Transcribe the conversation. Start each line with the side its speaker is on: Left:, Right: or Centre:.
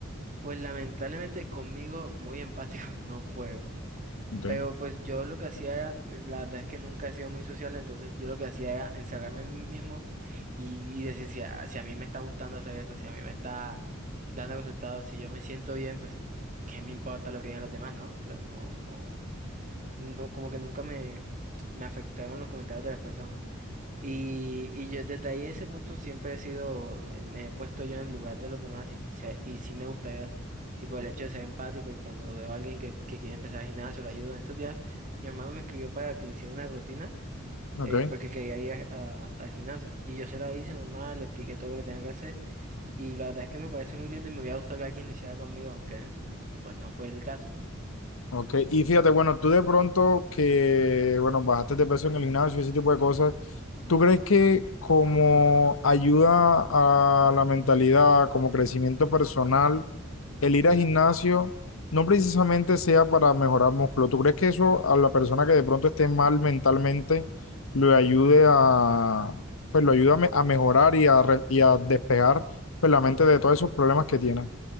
Right: Pues lamentablemente conmigo muy empáticos <laughs> no fueron.
Left: Ok,
Right: Pero pues yo lo que hacía, era- eh, la verdad es que nunca he sido muy social, entonces yo lo que hacía era encerrarme en mí mismo y, y decir si a, si a mí me está gustando hacer esto, si a mí me está dando resultados, si yo me siento bien, pues qué me importa lo que digan los demás, ¿no? Entonces no, no, no, como que nunca me, me afectaron los comentarios de las personas. Y, y yo desde ahí ese punto siempre he sido, eh, me he puesto yo en el lugar de los demás y, se- y sí me gustaría, tipo, el hecho de ser empático y cuando veo a alguien que, que quiere empezar el gimnasio, lo ayudo en estos días, mi hermano me escribió para que le hiciera una rutina
Left: ok.
Right: eh, porque quería ir a- a- al gimnasio y yo se la hice normal, le expliqué todo lo que tenía que hacer y la verdad es que me parece muy lindo y me hubiera gustado que alguien lo hiciera conmigo, aunque pues no fue el caso.
Left: Ok, y fíjate, bueno, tú de pronto que, bueno, bajaste de peso en el gimnasio, ese tipo de cosas, ¿tú crees que como ayuda a la mentalidad, como crecimiento personal, el ir al gimnasio no precisamente sea para mejorar músculo? ¿Tú crees que eso a la persona que de pronto esté mal mentalmente le ayude a, pues lo ayuda a, me- a mejorar y a, re- y a despegar, pues, la mente de todos esos problemas que tiene?